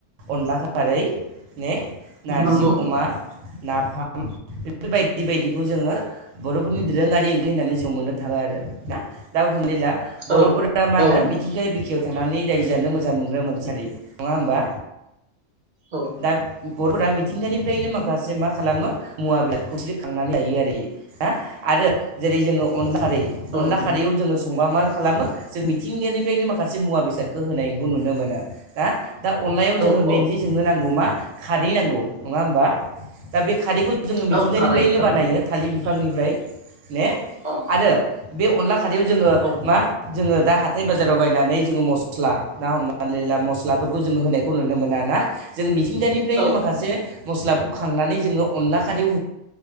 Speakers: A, on the right; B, on the right.
A: अनला खारै ने नारजि
B: नंगौ
A: अमा नाफाम बेफोरबायायदि बायदिखौ जोङो। बर'फोरनि दोरों। ओंख्रि होननानै जों मोननो थाङो आरो ना दा हमनानै ला बर'फोरा
B: औ
A: मा
B: औ
A: होनो मिथिंगायारि बिखायाव थानानै दाय जानो मोजां मोनग्रा मानसियारि नङा होमबा।
B: औ
A: दा बर'फोरा मिथिंगानि। बेफ्रायनो माखासे मा खालामो मुवा बेसादखौसो खांनानै लायो आरो हा आरो जेरै जोङो। अन खारै
B: औ
A: अनला
B: नंगौ
A: खारैयाव जोङो। संबा मा खालामो जों मिथिंगायानिफ्रायनो माखासे मुवा बेसादखौ होनायखौ नुनो मोनो। दा अनलायाव जोङो
B: औ
A: मइलि
B: औ
A: नांगौ मा खारै नांगौ नंङा होमबा। दा बे खारैखौ जोङो मिथिंगानिफ्रायनो
B: औ खारै खारै
A: बानायो
B: नंगौ
A: थालिर बिफांनिफ्राय ने
B: औ
A: आरो बे अनला खारैयाव जोङो
B: औ
A: मा जोङो दा ह। हाथथाय बाजाराव बायनानै जोङो मस्ला ना हमनानै लिरला मस्लाफोरखौ जोङो होनायखौ नुनो मोना ना? जों मिथिंगानिफ्रायनो
B: औ
A: माखासे मस्लाख खांनानै जोङो अनला खारियाव